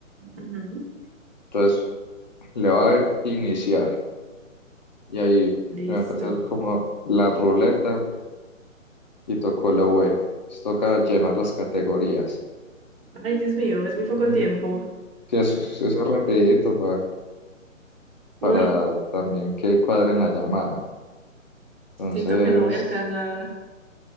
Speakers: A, on the right; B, on the left.
A: Ujú.
B: Entonces le va a ir iniciar y ahí
A: Listo.
B: va a empezar como la ruleta y tocó la V. Entonces, toca llenar las categorías.
A: Ay, Dios mío, es muy poco
B: Ujú.
A: tiempo.
B: Sí, eso, eso es rapidito pa- para
A: Uy,
B: también que cuadren la llamada. Entonces,
A: siento que no voy a alcanzar.